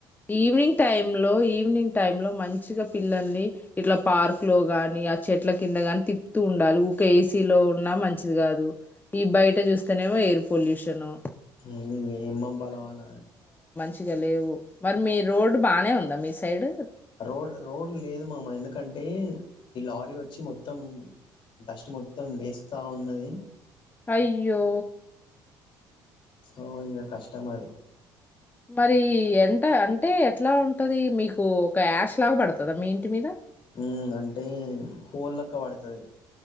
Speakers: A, on the left; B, on the left.
A: ఈవినింగ్ టైమ్ లో ఈవినింగ్ టైమ్ లో మంచిగా పిల్లల్ని ఇట్లా పార్క్ లో గాని ఆ చెట్ల కింద గాని తిప్పుతూ ఉండాలి ఊకె ఏసీలో ఉన్నా మంచిది గాదు ఈ బయట చూస్తేనేమో ఎయిర్ పొల్యూషను
B: ఇ ఏం పంపలవళ
A: చిగ లేవు మరి మీ రోడ్డు బానే ఉందా మీ టైడ్
B: రోడ్ రోడు లేదు మామ ఎందుకంటే ఈ లారీ వచ్చి మొత్తం డస్ట్ మొత్తం లేస్తావున్నది
A: అయ్యో...
B: సో ఇంగ కష్టమది
A: మరి ఎంట అంటే ఎట్లా ఉంటది మీకు ఒక యాష్ లాగ పడతదా మీ ఇంటి మీద
B: ఉ అంటే కోల్లక్క పడతది